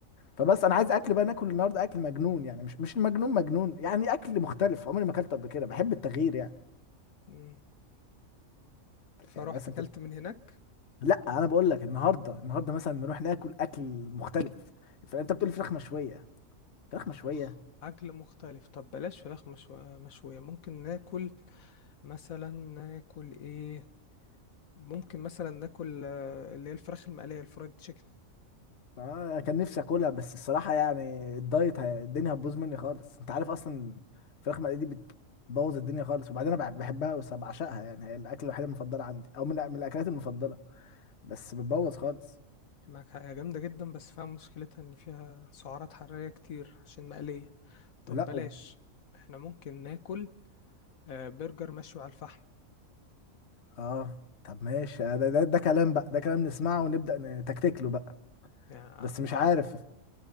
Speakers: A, on the left; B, on the left.
A: فبس انا عايز اكل بقى ناكل النهارده اكل مجنون يعني مش مش مجنون مجنون يعني اكل مختلف عمري ما اكلت قبل كده بحب التغيير يعني
B: مم. فروحت
A: يعني مثلا
B: كلت
A: ت...
B: من هناك
A: لا انا بقول لك النهارده النهارده مثلا نروح ناكل اكل مختلف فانت بتقول فراخ مشويه فراخ مشويه
B: طب خ- أكل مختلف طب بلاش فراخ مشو- مشوية ممكن ناكل مثلا ناكل ايه ممكن مثلا ناكل آه، اللي هي الفراخ المقلية الفرايد تشيكن
A: آه كان نفسي اكلها بس الصراحه يعني الدايت ه... الدنيا هتبوظ مني خالص انت عارف اصلا الفراخ مقليه دي بتبوظ الدنيا خالص وبعدين انا بح- بحبها وبعشقها يعني هي الاكل الوحيد المفضل عندي او من من الاكلات المفضله بس بتبوظ خالص
B: معاك حاجة جامدة جدا بس فيها مشكلتها ان فيها سعرات حرارية كتير عشان مقلية طب
A: لا
B: بلاش
A: وب...
B: احنا ممكن ناكل آه، برجر مشوي على الفحم
A: اه طب ماشي آه، ده, ده, ده كلام بقى ده كلام نسمعه ونبدأ نتكتك له بقى
B: يعني
A: بس مش
B: أع-
A: عارف